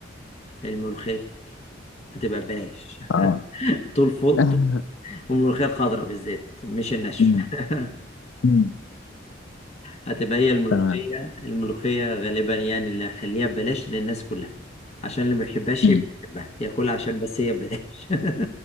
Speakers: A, on the left; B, on the left.
A: الملوخيه هتبقى ببلاش
B: اه
A: طول فوق
B: <laughs>
A: طول- والملوخية الخضراء بالذات مش الناشفة
B: أمم،
A: <laughs>
B: أمم،
A: هتبقى هي الملوخية
B: تمام
A: الملوخية غالبا يعني اللي هخليها ببلاش للناس كلها عشان اللي ما بيحبهاش
B: مم.
A: يبقى يحبها ياكلها عشان بس هي ببلاش <laughs>